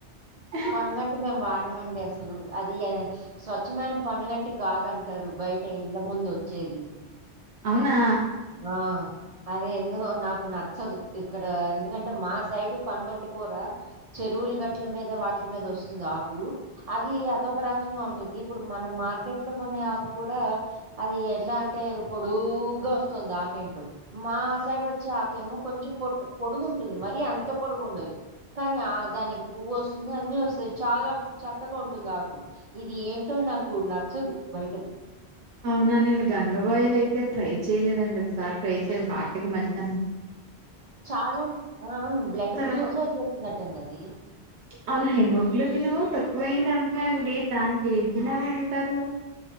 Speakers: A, on the right; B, on the right.
A: హ
B: పొనగంటి మేము వాడమండి అసలు అది ఎ. స్వచ్ఛమైన పొనగంటి కాదంటరు బయట ఇళ్ళ ముందు వచ్చేది.
A: అవునా.
B: ఆ. అది ఎందుకో నాకు నచ్చదు ఇక్కడ ఎందుకంటే మా సైడ్ పనుగంటి కూర. చెరువులు గట్ల మీద వాటిల మీద వస్తుంది ఆ. అది అదొక రకంగా ఉంటుంది ఇప్పుడు మనం మా. కెట్లో కొనే ఆకు కూడా అది ఎట్లా అంటే పొడుగ్గా వస్తుంది ఆకేంటో. మా సైడ్ వచ్చే ఆకమో కొంచెం పొట్ పొడుగు ఉంటుంది మరి అన్. పోడుగు ఉండదు కానీ ఆ దానికి పువ్వు వస్. ఇంకా అన్ని వస్తాయి చాలా చక్కగా ఉంటుంది ఆకు. ఇది ఏంటో నాకు నచ్చదు బయటది.
A: అవునా నేను గంగబాయిలు అయితే ట్రై చెయలేదండి ఒకసారి ట్రై చేయ్యాలి హార్కి మంచిదన్.
B: చాలా అ అవును బ్లడ్
A: తర్వా
B: ప్యూరిఫై చేస్తున్నట్టండి అది.
A: అవును హెమోగ్లోబిన్ తక్కువైంది అంటున్నారూ అండి దానికి ఏం తినాలి అంటారు